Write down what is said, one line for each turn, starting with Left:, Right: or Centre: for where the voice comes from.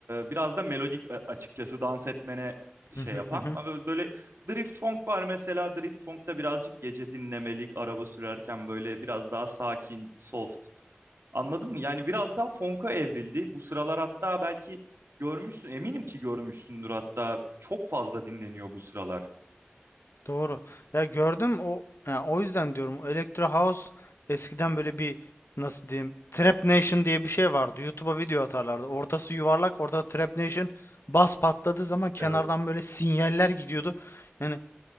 Right: biraz da melodik a- açıkçası dans etmene şey
Left: Hı hı
Right: yapan.
Left: hı hı.
Right: Ama böyle drift funk var mesela. Drift funk'ta birazcık gece dinlemelik, araba sürerken böyle biraz daha sakin, soft. Anladın mı? Yani biraz daha funk'a evrildi. Bu sıralar hatta belki görmüşsün, eminim ki görmüşsündür hatta. Çok fazla dinleniyor bu sıralar.
Left: Doğru. Ya gördüm o ya o yüzden diyorum o Electro House eskiden böyle bir nasıl diyeyim Trap Nation diye bir şey vardı. YouTube'a video atarlardı. Ortası yuvarlak, orada Trap Nation bas patladığı zaman kenardan
Right: Evet,
Left: böyle sinyaller gidiyordu. Yani